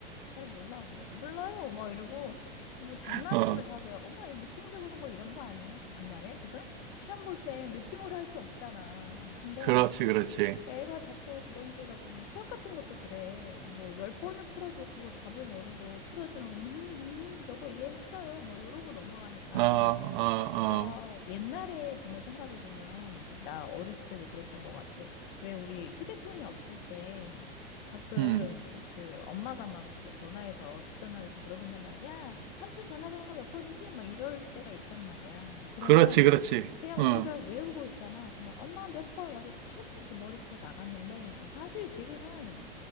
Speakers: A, on the left; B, on the right.
A: 잘 몰라. 그래서 몰라요. 막 이러고 뭐 장난은
B: <laughs> 어,
A: 뭐 자기야. 엄마 이 느낌적으로 뭐 이런 거 아니에요? 장난해 지금? 시험 볼 때 느낌으로 할 수 없잖아. 근데
B: 그렇지, 그렇지.
A: 애가 자꾸 그런 식으로 하고는 수학 같은 것도 그래. 뭐 열 번을 풀어도 그거 답을 모르고 풀어주는 거, 음, 음, 저거 이해했어요. 뭐 이러고 넘어가니까.
B: 어, 어,
A: 아,
B: 어,
A: 옛날에 보면 생각해 보면 나 어렸을 때도 그랬던 것 같아. 왜 우리 휴대폰이 없을 때 가끔
B: 음,
A: 그 엄마가 막 그 전화해서 집 전화해서 물어본단 말이야. 야, 삼촌 전화번호가 몇 번이지? 막 이럴 때가 있단 말이야. 그러면
B: 그렇지, 그렇지.
A: 그냥
B: 어,
A: 우리가 외우고 있잖아. 그러면 엄마 몇 번 하고 툭 이렇게 머리에서 다 나갔는데 사실 지금은